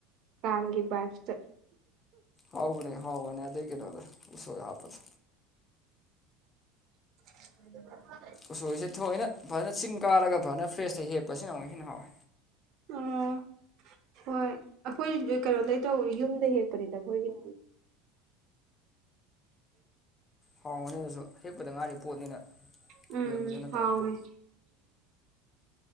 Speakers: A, on the right; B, on the left.
A: ꯀꯥꯡꯒꯤ ꯕꯥꯏꯞꯁꯇ
B: ꯍꯥꯎꯅꯦ ꯍꯥꯎꯕꯅꯦ ꯑꯗꯗꯒꯤ ꯀꯩꯅꯗ ꯎꯁꯒ ꯍꯥꯄꯗ
A: <unintelligible>
B: ꯎꯁꯣꯏꯁꯦ ꯊꯌꯣꯏꯅ ꯐꯖꯅ ꯆꯤꯡ ꯀꯥꯔꯒ ꯐꯅ ꯐ꯭ꯔꯦꯁꯇ ꯍꯦꯛꯄꯁꯤꯅ ꯑꯃꯨꯛ ꯍꯦꯟꯅ ꯍꯥꯎꯋꯦ
A: ꯑꯣ ꯍꯣꯏ ꯑꯩꯈꯣꯏ ꯀꯩꯅꯣꯗꯒꯤꯩ ꯇꯧ ꯌꯨꯝꯗ ꯍꯦꯛꯄꯅꯤꯗ ꯑꯩꯈꯣꯏꯒꯤꯅ
B: ꯍꯥꯎꯔꯝꯉꯅꯤꯅꯁꯨ ꯍꯦꯛꯄꯗ ꯉꯥꯏꯔꯤ ꯄꯣꯠꯅꯤꯅ
A: ꯎꯝ
B: ꯌꯣꯟꯕꯗꯨ ꯅꯠꯇꯕꯀꯣ
A: ꯍꯥꯎꯦ